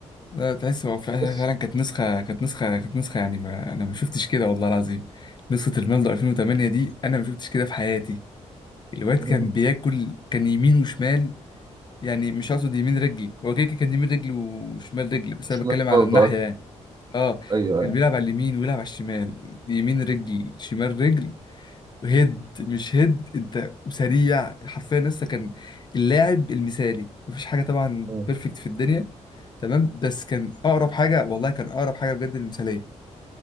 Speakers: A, on the left; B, on the right.
A: لا تحس هو فعلا
B: بس
A: فعلا كانت نسخه كانت نسخه كانت نسخه يعني ما انا ما شفتش كده والله العظيم نسخه رونالدو 2008 دي انا ما شفتش كده في حياتي الواد
B: <laughs>
A: كان بياكل كان يمين وشمال يعني مش هقصد يمين رجلي هو كده كده كان يمين رجلي وشمال رجلي بس
B: مش
A: انا بتكلم
B: مش
A: على
B: برضه
A: الناحيه
B: آه.
A: يعني اه
B: ايوه
A: كان
B: ايوه
A: بيلعب على اليمين ويلعب على الشمال يمين رجل شمال رجل هيد مش هيد انت سريع حرفيا لسه كان اللاعب المثالي مفيش حاجه طبعا
B: مم.
A: بيرفكت في الدنيا تمام بس كان اقرب حاجه والله كان اقرب حاجه بجد للمثاليه